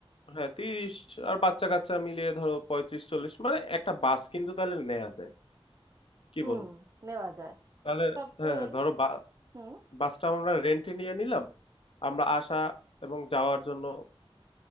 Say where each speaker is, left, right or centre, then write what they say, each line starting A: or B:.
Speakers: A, on the left (about 65°); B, on the right (about 30°).
A: হ্যাঁ তিরিশ আর বাচ্চা কাচ্চা মিলিয়ে ধরো পঁয়ত্রিশ চল্লিশ মানে একটা বাস কিন্তু তাহলে নেওয়া যায় কি
B: হুম
A: বলো
B: নেওয়া যায়
A: তাহলে
B: তবে
A: হ্যাঁ হ্যাঁ ধরো বা-
B: হুম
A: বাসটা আমরা রেন্টে নিয়ে নিলাম আমরা আসা এবং যাওয়ার জন্য